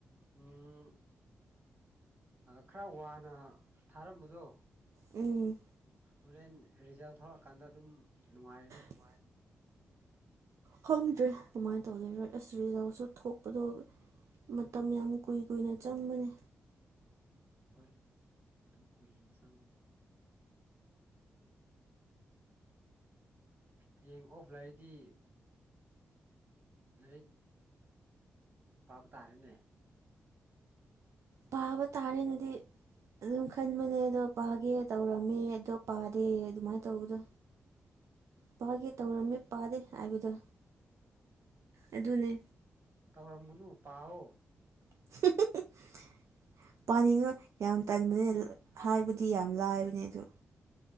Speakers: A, on the right; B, on the right.
A: ꯎꯝ ꯈꯔ ꯋꯥꯅ ꯊꯥꯔꯝꯕꯗꯣ
B: ꯎꯝ
A: ꯍꯣꯔꯦꯟ ꯔꯤꯖꯜ ꯊꯂꯛꯑꯀꯥꯟꯗ ꯑꯗꯨꯝ ꯅꯨꯡꯉꯥꯏꯔꯅꯤ
B: ꯃꯣꯕꯥꯏꯜ ꯈꯪꯗ꯭ꯔꯦ ꯀꯃꯥꯏꯅ ꯇꯧꯗꯣꯏ ꯑꯁ ꯔꯤꯖꯜꯁꯨ ꯊꯣꯛꯄꯗꯣ ꯃꯇꯝ ꯌꯥꯝ ꯀꯨꯏ ꯀꯨꯏꯅ ꯆꯪꯕꯅꯦ
A: ꯍꯣꯏ ꯑꯗꯨꯝ ꯀꯨꯏꯅ ꯆꯪꯕꯅꯤ ꯍꯌꯦꯡ ꯑꯣꯐꯂꯩꯏꯗꯤ ꯂꯩ ꯄꯥꯕ ꯇꯥꯔꯦꯅꯦ
B: ꯄꯥꯕ ꯇꯥꯔꯦꯅꯗꯤ ꯑꯗꯨꯝ ꯈꯟꯕꯅꯦ ꯑꯗꯣ ꯄꯥꯒꯦ ꯇꯧꯔꯝꯃꯦ ꯑꯗꯣ ꯄꯥꯗꯦ ꯑꯗꯨꯃꯥꯏꯅ ꯇꯧꯕꯗꯣ ꯄꯥꯒꯦ ꯇꯧꯔꯝꯃꯤ ꯄꯥꯗꯦ ꯍꯥꯏꯕꯗꯣ ꯑꯗꯨꯅꯦ
A: ꯇꯧꯔꯝꯒꯅꯨ ꯄꯥꯎꯑꯣ
B: <unintelligible> ꯄꯥꯅꯤꯡꯉꯣꯏ ꯌꯥꯝ ꯇꯟꯕꯅꯤꯅ ꯍꯥꯏꯕꯗꯤ ꯌꯥꯝ ꯂꯥꯏꯕꯅꯤ ꯑꯗꯣ